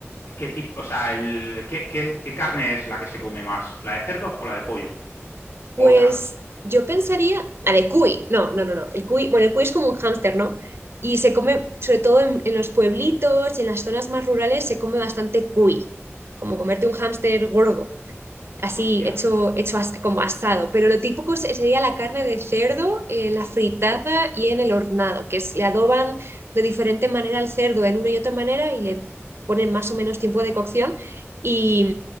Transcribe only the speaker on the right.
Pues
yo pensaría, la de cuy, no, no, no, no, el cuy, bueno, el cuy es como un hámster, ¿no? Y se come, sobre todo en, en los pueblitos y en las zonas más rurales, se come bastante cuy, como comerte un hámster gordo, así
hecho, hecho as- como asado, pero lo típico se- sería la carne de cerdo, eh, la fritada y en el hornado, que es, le adoban de diferente manera al cerdo en una y otra manera y le ponen más o menos tiempo de cocción y,